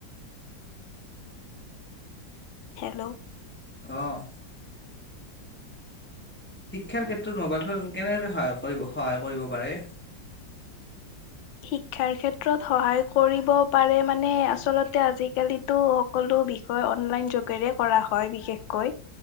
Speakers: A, on the left; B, in the centre.
A: হেল্ল'
B: আঁহ শিক্ষাৰ ক্ষেত্ৰত মোবাইল ফোন কেনেদৰে সহ কৰিব সহায় কৰিব পাৰে
A: শিক্ষাৰ ক্ষেত্ৰত সহায় কৰিব পাৰে মানে আচলতে আজিকালিতো সকলো বিষয় অনলাইন যোগেৰে কৰা হয় বিশেষকৈ